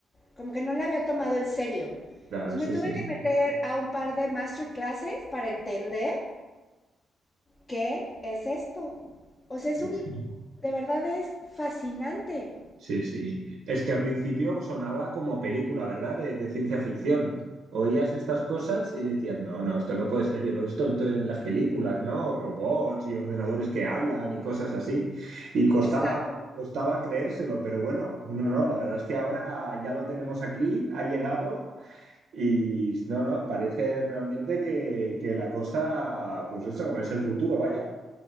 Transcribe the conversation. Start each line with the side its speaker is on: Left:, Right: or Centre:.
Left: como que no la había tomado en serio.
Right: claro,
Left: Entonces
Right: sí,
Left: me tuve
Right: sí.
Left: que meter a un par de masterclasses para entender ¿qué es esto? O sea, es
Right: Sí,
Left: un,
Right: sí.
Left: de verdad es fascinante.
Right: Sí, sí. Es que al principio sonaba como película, ¿verdad? De, de ciencia ficción. Oías estas cosas y decías, no, no, esto no puede ser. Yo lo he visto en, to- en las películas, ¿no? Robots y ordenadores que hablan y cosas así. Y costaba,
Left: Exacto.
Right: costaba creérselo, pero bueno, no, no, la verdad es que ahora ya lo tenemos aquí, ha llegado y no, no, parece realmente que, que la cosa, pues eso, es el futuro, vaya.